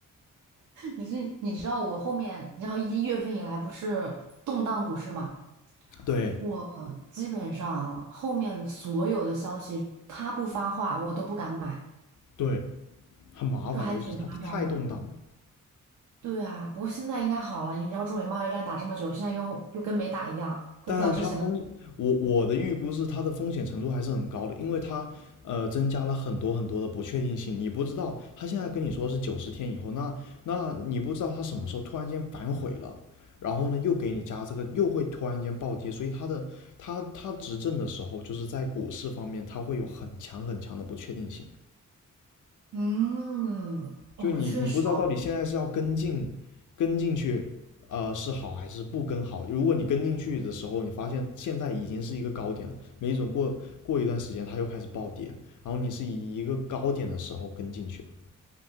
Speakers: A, on the right; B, on the left.
A: 你是你知道我后面，你知道一月份以来不是动荡股市嘛？
B: 对
A: 我基本上后面所有的消息他不发话，我都不敢买。
B: 对，很麻烦，
A: 这还挺夸张的。
B: 就是它它太动荡了。
A: 对啊，不过现在应该好了。你知道中美贸易战打这么久，现在又又跟没打一样，恢复到之前的。
B: 但它风险我我的预估是它的风险程度还是很高的，因为它呃增加了很多很多的不确定性。你不知道它现在跟你说是九十天以后，那那你不知道它什么时候突然间反悔了，然后呢又给你加这个，又会突然间暴跌。所以它的它它执政的时候，就是在股市方面，它会有很强很强的不确定性。
A: 嗯，
B: 就你你不知道到底现在是要跟进跟进去，
A: 哦，确实
B: 呃，是好还是不跟好？如果你跟进去的时候，你发现现在已经是一个高点了，没准过过一段时间它又开始暴跌，然后你是以一个高点的时候跟进去的，